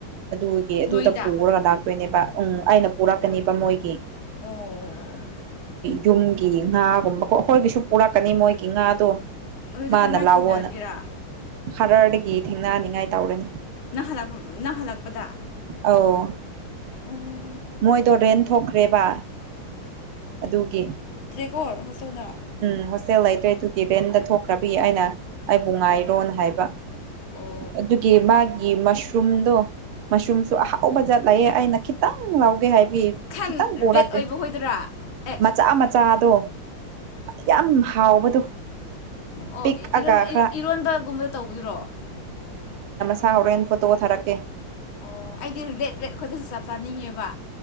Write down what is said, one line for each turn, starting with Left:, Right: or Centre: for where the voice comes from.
Right: ꯑꯗꯨꯒꯤ ꯑꯗꯨꯗ
Left: ꯅꯣꯏꯗ
Right: ꯄꯨꯔꯒ ꯂꯥꯛꯇꯣꯏꯅꯦꯕ ꯎꯝ ꯑꯩꯅ ꯄꯨꯔꯛꯀꯅꯦꯕ ꯃꯣꯏꯒꯤ
Left: ꯑꯣ
Right: ꯌꯨꯝꯒꯤ ꯉꯥꯒꯨꯝꯕꯀꯣ ꯑꯩꯈꯣꯏꯒꯤꯁꯨ ꯄꯨꯔꯛꯀꯅꯤ ꯃꯣꯏꯒꯤ ꯉꯥꯗꯣ
Left: ꯑꯗꯨꯗꯤ
Right: ꯃꯥꯅ
Left: ꯀꯔꯝꯍꯥꯏꯅ
Right: ꯂꯥꯛꯑꯣꯅ
Left: ꯊꯦꯡꯅꯒꯦꯔꯥ
Right: ꯍꯔꯗꯒꯤ ꯊꯦꯡꯅꯅꯤꯡꯉꯥꯏ ꯇꯧꯔꯅꯤ
Left: ꯅꯥꯍꯜꯂꯄ ꯅꯥꯍꯜꯂꯛꯄꯗ
Right: ꯑꯧ
Left: ꯑꯣ
Right: ꯃꯣꯏꯗꯣ ꯔꯦꯟ ꯊꯣꯛꯈ꯭ꯔꯦꯕ ꯑꯗꯨꯒꯤ
Left: ꯀꯣ ꯍꯁꯅ
Right: ꯎꯝ ꯍꯣꯁꯇꯦꯜ ꯂꯩꯇ꯭ꯔꯦ ꯑꯗꯨꯒꯤ ꯔꯦꯟꯗ ꯊꯣꯛꯈ꯭ꯔꯕꯒꯤ ꯑꯩꯅ ꯑꯩꯕꯨ ꯉꯥꯏꯔꯣ ꯍꯥꯏꯕ
Left: ꯑꯣ
Right: ꯑꯗꯨꯒꯤ ꯃꯥꯒꯤ ꯃꯁꯔꯨꯝꯗꯣ ꯃꯁꯔꯨꯝꯁꯨ ꯑꯍꯥꯎꯕ ꯖꯠ ꯂꯑꯦ ꯑꯩꯅ ꯈꯤꯇꯪ ꯂꯧꯒꯦ ꯍꯥꯏꯕ ꯑꯩ
Left: ꯈꯟ
Right: ꯈꯤꯇꯪ ꯄꯣꯔꯛꯀꯦ
Left: ꯔꯦꯠ ꯑꯣꯏꯕ ꯈꯣꯏꯗꯨꯔꯥ ꯑꯦ
Right: ꯃꯆꯥ ꯃꯆꯥꯗꯣ ꯌꯥꯝ ꯍꯥꯎꯕꯗꯣ
Left: ꯑꯣ
Right: ꯄꯤꯛꯑꯒ ꯈꯔ
Left: ꯏꯔꯣꯟꯕꯒꯨꯝꯕ ꯇꯧꯗ꯭ꯔꯣ
Right: ꯑꯁ ꯍꯣꯔꯦꯟ ꯐꯣ ꯊꯥꯔꯀꯦ
Left: ꯑꯣ ꯑꯩꯗꯤ ꯔꯕꯦꯠ ꯕꯦꯠ ꯑꯩꯈꯣꯏꯗꯁꯨ ꯆꯥ ꯆꯥꯅꯤꯡꯉꯦꯕ